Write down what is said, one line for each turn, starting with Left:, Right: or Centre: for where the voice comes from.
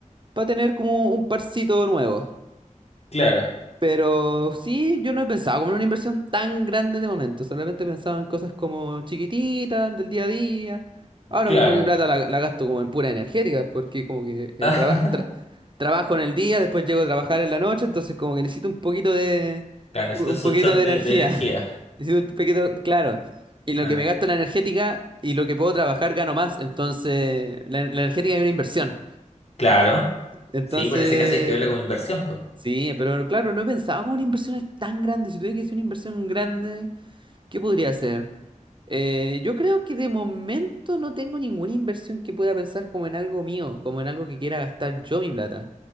Right: para tener como un parcito nuevo.
Left: claro,
Right: Pero sí, yo no he pensado como en una inversión tan grande de momento. Solamente he pensado en cosas como chiquititas, del día a día. Ahora
Left: claro.
Right: mismo mi plata la, la gasto como en pura energética, porque como que eh,
Left: <laughs>
Right: traba- tra- trabajo en el día, después llego a trabajar en la noche, entonces como que necesito un poquito de
Left: Claro, necesito
Right: un
Left: su
Right: poquito
Left: shot
Right: de energía.
Left: de, de energía.
Right: <laughs> Necesito un poquito, claro. Y lo
Left: Ah,
Right: que me gasto en la energética y lo que puedo trabajar gano más. Entonces, la, la energética es una inversión.
Left: claro.
Right: Entonces,
Left: Sí, pues en ese caso hay que verlo como inversión, pues.
Right: Sí, pero claro, no he pensado como en inversiones tan grandes. Si tuviera que hacer una inversión grande, ¿qué podría hacer? Eh, yo creo que de momento no tengo ninguna inversión que pueda pensar como en algo mío, como en algo que quiera gastar yo mi plata.